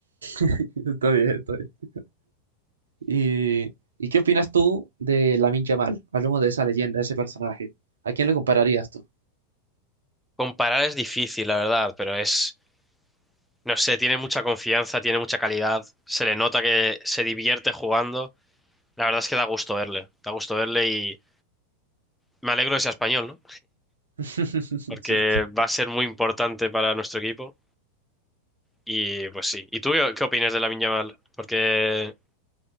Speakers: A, on the right; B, in the centre.
A: <laughs> está bien, está bien. ¿Y, y qué opinas tú de Lamine Yamal? Hablemos de esa leyenda, de ese personaje. ¿A quién le compararías tú?
B: Comparar es difícil, la verdad, pero es, no sé, tiene mucha confianza, tiene mucha calidad, se le nota que se divierte jugando. La verdad es que da gusto verle, da gusto verle y me alegro de ser español, ¿no?
A: <laughs>
B: Porque
A: Cierto.
B: va a ser muy importante para nuestro equipo. Y pues sí. ¿Y tú qué, qué opinas de Lamine Yamal? Porque